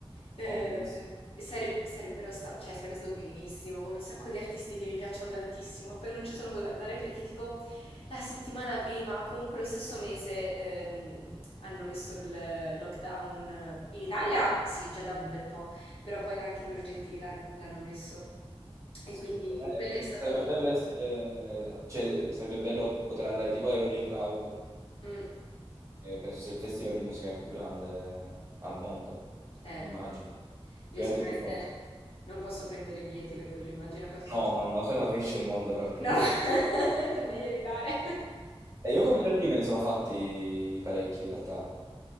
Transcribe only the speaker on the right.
No, bellissimo.
Sfortunato.
Eh,
sarebbe bello essere, cioè, sarebbe bello poter andare tipo ai Rolling Loud,
che penso sia il festival di musica più grande al mondo,
immagino. Sicuramente
il più famoso.
No, no, no, se no finisce il mondo probabilmente.
<laughs>
E io concerti me ne sono fatti parecchi in realtà.